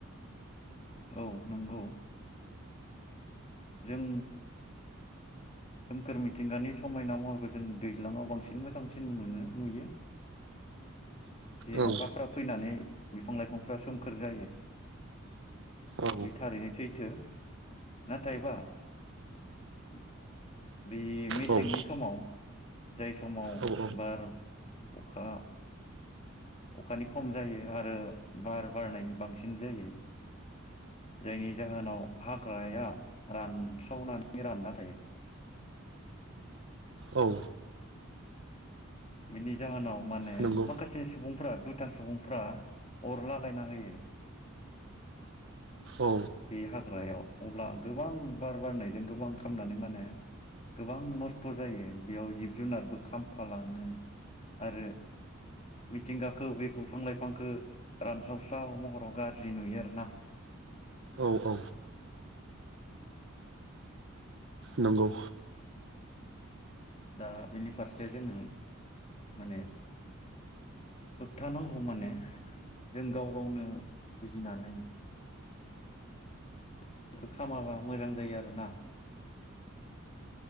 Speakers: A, on the left (about 30°); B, on the right (about 60°).
A: औ नंगौ। जों सोमखोर मिथिंगानि समायना महरखौ जों दैज्लाङाव बांसिन मोजांसिन नुनो नुयो। जे
B: औ
A: अखाफ्रा फैनानै। बिफां लाइफांफ्रा सोमखोर जायो।
B: औ
A: बे थारैनो सैथो। नाथायबा। <inaudible> बे मेसेंनि
B: औ
A: समाव। जाय समाव
B: औ औ
A: बार अखा अखानि खम जायो आरो बार बारनायनि बांसिन जायो जायनि जाहोनाव हाग्राया रानस्रावनानै राननानै <unintelligible>
B: औ
A: बिनि जाहोनाव माने
B: नंगौ
A: माखासे सुबुं <unintelligible> दुथां सुबुंफोरा अर लागायना होयो
B: औ
A: बे हाग्रायाव अब्ला गोबां बार बारनायजों गोबां खामनानै माने गोबां नस्थ' जायो बेयाव जिब जुनारबो खामफालाङो आरो मिथिंगाखौ बे बिफां लाइफांखौ रानस्रावस्राव महराव गाज्रि नुयो आरोना
B: औ औ नंगौ
A: दा बिनि फारसे जोङो माने होबथानांगौ माने जों गाव गावनो बुजिनानै खामाबा मोजां जायो आरोना।